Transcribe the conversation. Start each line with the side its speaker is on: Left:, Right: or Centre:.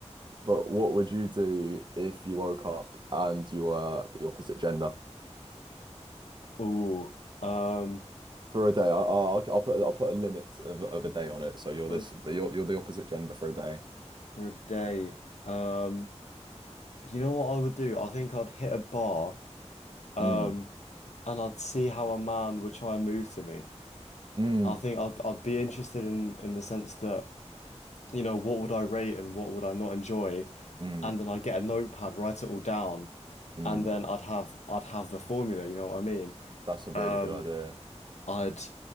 Right: but what would you do if you woke up and you were the opposite gender?
Left: Oh, um,
Right: For a day, I, I'll I'll put I'll put a limit of of a day on it. So you're
Left: for
Right: this
Left: a,
Right: you're you're the opposite gender for a day.
Left: for a day, um, you know what I would do? I think I'd hit a bar, um,
Right: Mm,
Left: and I'd see how a man would try and move to me.
Right: mm,
Left: I think I'd I'd be interested in in the sense that, you know, what would I rate and what would I not enjoy?
Right: mm,
Left: And then I'd get a notepad, write it all down,
Right: mm.
Left: and then I'd have I'd have the formula, you know what I mean?
Right: That's a really
Left: Um,
Right: good idea.
Left: I'd